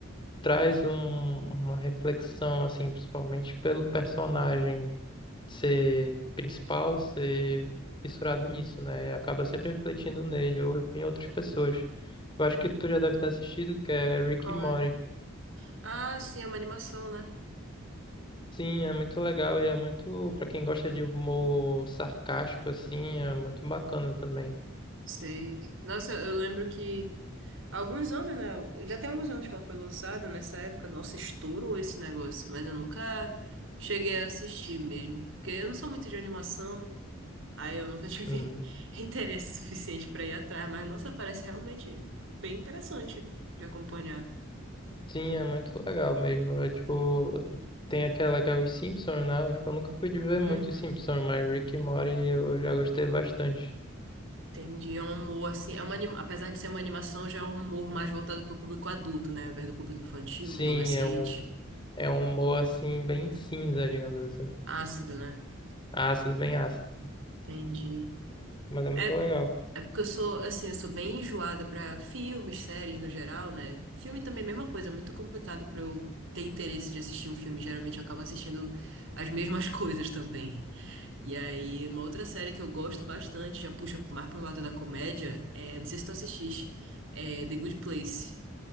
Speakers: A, on the left (about 25°); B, on the right (about 65°).
A: traz um- uma reflexão, assim, principalmente pelo personagem ser principal, ser fissurado nisso, né? Acaba sempre refletindo nele ou em outras pessoas. Eu acho que tu já deve ter assistido, que é Rick
B: Qual
A: e Morty.
B: é? Ah, sim, é uma animação, né?
A: Sim, é muito legal e é muito, pra quem gosta de humor sarcástico, assim, é muito bacana também.
B: Sei. Nossa, eu lembro que Há Alguns anos, né? Já tem alguns anos que ela foi lançada, nessa época, nossa, estourou esse negócio, mas eu nunca cheguei a assistir mesmo, porque eu não sou muito de animação, aí eu nunca tive
A: Hum.
B: <laughs> interesse suficiente pra ir atrás, mas nossa, parece realmente bem interessante de acompanhar.
A: Sim, é muito legal mesmo. É, tipo, tem aquela que é os Simpsons, né? Eu, tipo, eu nunca fui de ver muito
B: Uhum.
A: Simpsons, mas Rick e Morty eu já gostei bastante.
B: Entendi, é um humor assim, é uma, anima- apesar de ser uma animação, já é um humor mais voltado pro público adulto, né, ao invés do público infantil,
A: Sim,
B: adolescente,
A: é um, é um humor assim, bem cinza, digamos assim.
B: ácido, né?
A: Ácido, bem ácido.
B: Entendi.
A: Mas é muito
B: É,
A: legal.
B: é porque eu sou, assim, eu sou bem enjoada pra filmes, séries no geral, né? Filme também é a mesma coisa, é muito complicado pra eu ter interesse de assistir um filme. Geralmente eu acabo assistindo as mesmas <laughs> coisas também. E aí, uma outra série que eu gosto bastante, já puxa mais pro lado da comédia, é, não sei se tu assististe, é The Good Place.